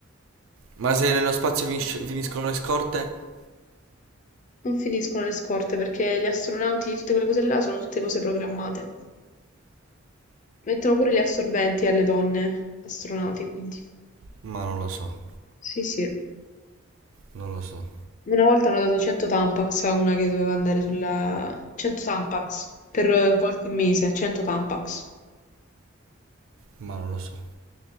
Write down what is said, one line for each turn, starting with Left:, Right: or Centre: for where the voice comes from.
Right: Ma se nello spazio finisce- finiscono le scorte?
Left: non finiscono le scorte perché gli astronauti, tutte quelle cose là, sono tutte cose programmate. Mettono pure gli assorbenti alle donne astronauti, quindi.
Right: Ma non lo so,
Left: Sì, sì.
Right: non lo so,
Left: Una volta hanno dato 100 Tampax a una che doveva andare sulla... 100 Tampax per eh, qualche mese, 100 Tampax.
Right: ma non lo so.